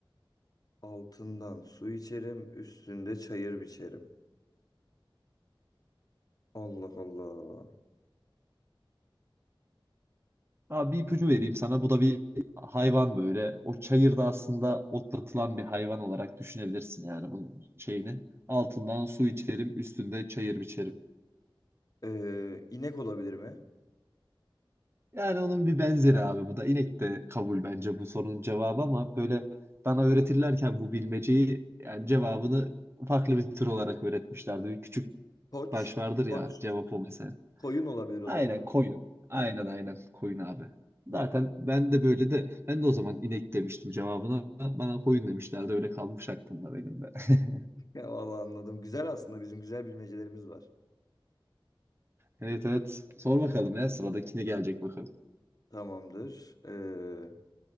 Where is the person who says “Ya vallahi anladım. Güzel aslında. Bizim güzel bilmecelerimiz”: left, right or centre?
Left